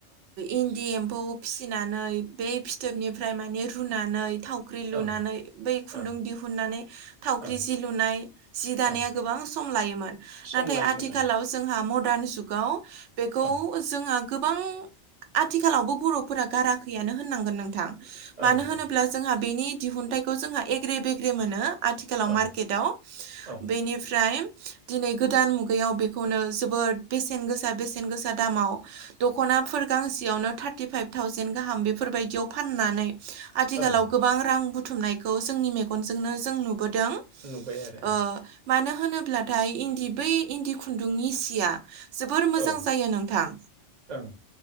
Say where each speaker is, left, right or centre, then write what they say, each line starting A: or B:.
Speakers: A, on the right; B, on the right.
A: इन्दि एम्फौ फिसिनानै बे फिथोबनिफ्राय माने रुनानै। थावख्रि लुनानै
B: ओं
A: बै। खुन्दुं
B: ओं
A: दिहुननानै थावख्रि
B: ओं
A: जि लुनाय जि दानाया
B: ओं
A: गोबां सम लायोमोन
B: सम
A: नाथाय
B: लायोमोन
A: आ आथिखालाव जोंहा मदार्न जुगाव बेखौ
B: ओं
A: जोंहा गोबां आथिखालावबो बर'फोरा गाराखैयानो होननांगोन नोंथां मानो
B: ओं
A: होनोब्ला
B: ओं
A: जोंहा बेनि दिहुनथाइखौ जोंहा एग्रे बेग्रे मोनो आथिखालाव
B: ओं
A: मार्केटाव
B: औ
A: बेनिफ्राय दिनै गोदान मुगायाव बेखौनो जोबोद बेसेन गोसा बेसेन गोसा दामाव दख'ना नाफोर गांसेयावनो थार्टि फाइभ थावजेेन गाहाम बेफोरबायदियाव फाननानै आथिखालाव
B: ओं
A: गोबां रां बुथुमनायखौ जोंनि मेगनजोंनो जों नु बोदों
B: नुबाय आरो
A: ओ मानो होनोब्लाथाय इन्दि बै इन्दि खुन्दुंनि सिया जोबोर मोजां
B: औ
A: जायो नोंथां
B: ओं